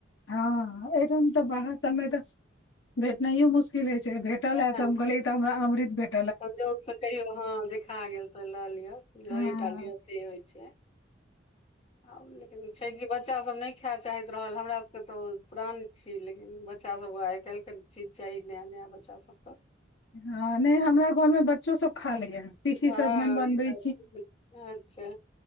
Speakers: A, on the left; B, on the left.
A: हँ एकदम तऽ बाहर सभ मे त भेटनाइयो मुश्किल होइ छै भेटल
B: ने,
A: है तऽ हम कहलियै तऽ हमरा अमृत भेट।
B: संजोग से कहियो ह देखा गेल तो लऽ लिअ लय
A: हँ
B: टा लिअ से होइ छै आ लेकिन छै कऽ बच बच्चा सभ नहि खाए चाहैत रहल हमरा सभ के तऽ ओ प्राण छी लेकिन बच्चा सभ आइ काल्हि के चीज चाही नया नया बच्चा सभ पर
A: हँ नहि हमरा घरमे बच्चो सब खा लैये तीसी
B: हाई
A: सजमनि बनबै
B: तऽ अच्छा।